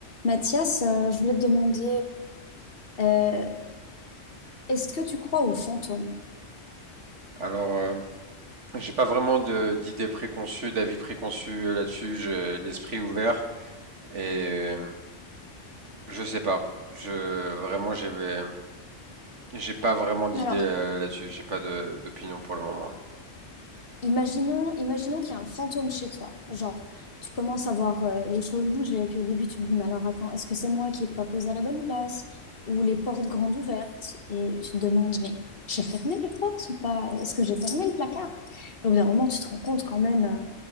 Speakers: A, on the left; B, on the right.
A: Mathias, euh, je voulais te demander, euh, euh, est-ce que tu crois aux fantômes?
B: Alors, euh, j'ai pas vraiment de- d'idées préconçues, d'avis préconçus euh, là-dessus. J'ai l'esprit ouvert et euh, je sais pas. Je vraiment, j'ai euh, j'ai pas vraiment d'idées
A: Alors,
B: euh, là-dessus. J'ai pas de- d'opinion pour le moment.
A: imaginons, imaginons qu'il y a un fantôme chez toi. Genre, tu commences à voir euh, les choses bouger, puis au début, tu te dis, mais alors attends, est-ce que c'est moi qui n'ai pas posé à la bonne place? Ou les portes grandes ouvertes, et tu te demandes, mais j'ai fermé les portes ou pas? Est-ce que j'ai fermé le placard? Et au bout d'un moment, tu te rends compte quand même euh,